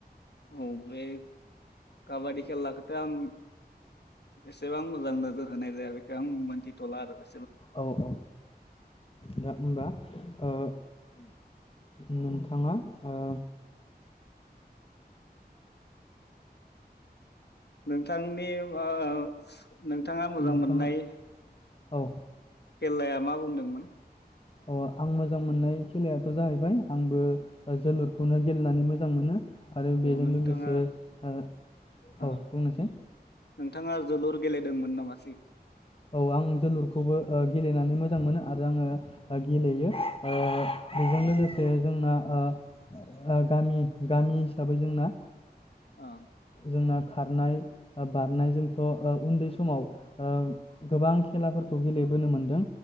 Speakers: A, on the left; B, on the left.
A: औ बे काबादि खेलाखौथ' आं एसेबां मोजां नोजोर होनाय जाया बेखो आं मोनथिथ'ला आरो बे
B: औ औ दा होमबा ओ नोंथाङा ओ
A: नोंथांनि ओ नोंथाङा मोजां
B: नोंथाङा
A: मोननाय
B: औ।
A: खेलाया मा बुंदोंमोन?
B: अ आं मोजां मोननाय खेलायाथ' जाहैबाय आंबो जोलुरखौनो गेलेनानै मोजां मोनो। आरो बेजों
A: औ नोंथाङा
B: लोगोसे ओ औ
A: ओ
B: बुंनायसाय
A: नोंथाङा जोलुर गेलेदोंमोन नामासि
B: औ आं जोलुरखौबो ओ गेलेनानै मोजां मोनो आरो आङो गेलेयो ओ बेजों लोगोसे जोंना ओ गामि गामि हिसाबै जोंना
A: ओ
B: जोंना खारनाय बारनायजोंथ' ओ उन्दै समाव ओ गोबां खेलाफोरखौ गेलेबोनो मोन्दों